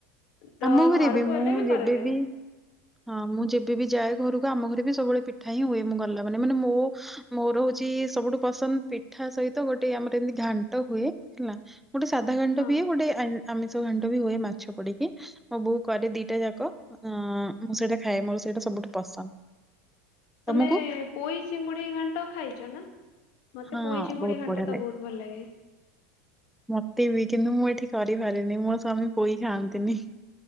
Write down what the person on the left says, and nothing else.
ତ
ଘରକୁ
ଗଲେ କରାଯାଏ
ହଁ।
ତମେ
ପୋଇ ଚିଙ୍ଗୁଡି ଘାଣ୍ଟ ଖାଇଛ ନା? ମତେ
ପୋଇଚିଙ୍ଗୁଡି
ଘାଣ୍ଟ
ତ
ବହୁତ ଭଲ ଲାଗେ।